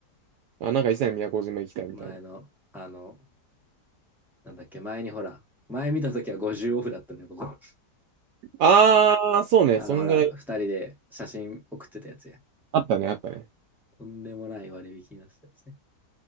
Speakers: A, on the right; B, in the centre.
A: あ、なんか一切宮古島行きたいみたいな。
B: 前の、あの、なんだっけ、前にほら、前見た時は50オフだったんだよ、ここ。
A: あー、そうね。
B: あの、
A: そんぐらい。
B: ほら、2人で写真送ってたやつや。
A: あったね、あったね。
B: とんでもない割引になってたやつね。